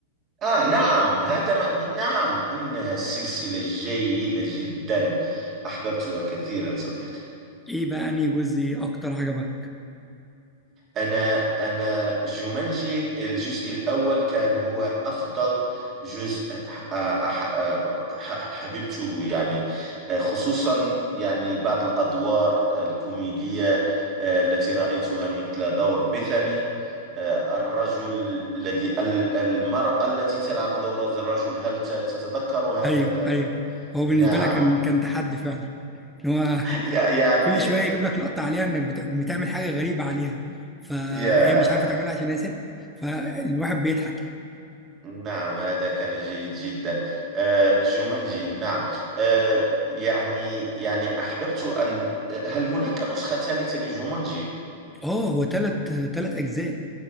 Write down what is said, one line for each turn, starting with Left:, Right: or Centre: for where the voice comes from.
Right: آه نعم هذا ما نعم إنها سلسلة جيدة جدا أحببتها كثيرا صديقي
Centre: ايه بقى انهي جزء اكتر عجبك
Right: أنا أنا جومانجي الجزء الأول كان هو أفضل جزء ح- ح- ح- حببته يعني آه، خصوصا يعني بعض الأدوار الكوميدية آه، التي رأيتها مثل دور بيثاني آه، الرجل الذي ال- المرأة التي تلعب دور الرجل هل ت- تتذكر هذا
Centre: ايوه
Right: ال-
Centre: ايوه هو بالنسبة
Right: نعم
Centre: لك كان كان تحدي فعلا ان هو <laughs>
Right: <laughs> يع- يعني
Centre: كل شوية يجيب لك لقطة عليها انك بت- بتعمل حاجة غريبة عليها فهي
Right: يا
Centre: مش عارفة تعملها عشان هي ست فالواحد بيضحك يعني
Right: نعم هذا كان جيد جدا آه، جومانجي نعم آه، يعني يعني أحببت أن هل هناك نسخة ثالثة لجومانجي؟
Centre: اه هو تلت تلت اجزاء